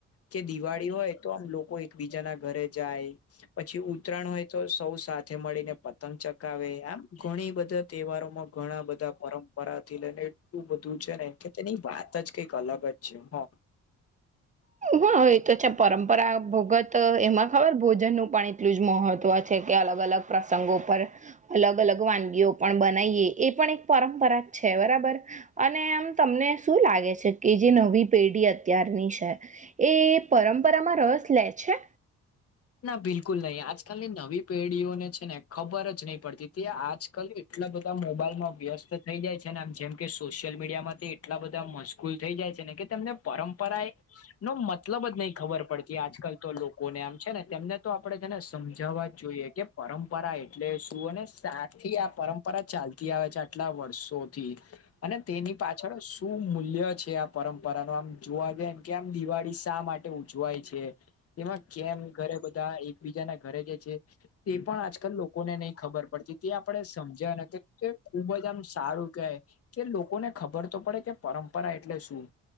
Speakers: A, on the left; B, on the right.
A: કે દિવાળી હોય તો આમ લોકો એકબીજા ના ઘરે જાય પછી ઉત્તરાયણ હોય તો સૌ સાથે મળીને પતંગ ચગાવે આમ ઘણી બધું તહેવારો માં ઘણા બધા પરંપરાથી લઈને એટલું બધું છે ને કે તેની વાત જ કંઈક અલગ <inaudible> છે હા
B: હા, એ તો છે પરંપરા ભગત એમાં ખબર ભોજનનું પણ એટલું જ મહત્વ છે કે અલગ અલગ પ્રસંગો ઉપર અલગ અલગ વાનગીઓ પણ બનાઈએ એ પણ એક પરંપરા છે, બરાબર. અને આમ તમને શું લાગે છે કે જે નવી પેઢી અત્યારની છે એ પરંપરામાં રસ લે છે?
A: ના બિલકુલ નઈ, આજકાલની નવી પેઢીઓને છે ને ખબર જ નઈ પડતી તે આજકાલ એટલા બધા મોબાઈલમાં વ્યસ્ત થઇ જાય છે ને આમ જેમ કે સોશિયલ મીડિયા માંથી એટલા બધા મસ ગુલ થઈ જાય છે ને કે તેમને પરંપરાએ નો મતલબ જ નઈ ખબર પડતી આજકાલ તો લોકોને આમ છે ને તેમને તો આપડે છેને સમજાવવા જ જોઈએ કે પરંપરા એટલે શું અને સાથી આ પરં પરા ચાલતી આવે છે, આટલા વર્ષોથી અને તેની પાછળ શું મૂલ્ય છે આ પરંપરાનૂ આમ જોવા જાય. કેમ દિવાળી શા માટે ઉજવાય છે, તેમાં કેમ ઘરે બધાં એકબીજા ઘરે જે છે. તે પણ આજકાલ લોકોને નહી ખબર પડતી તે આપડે સમજ્યાને કે ખૂબજ આમ સારું કેય. કે લોકોને ખબર તો પડે કે પરંપરા એટલે શું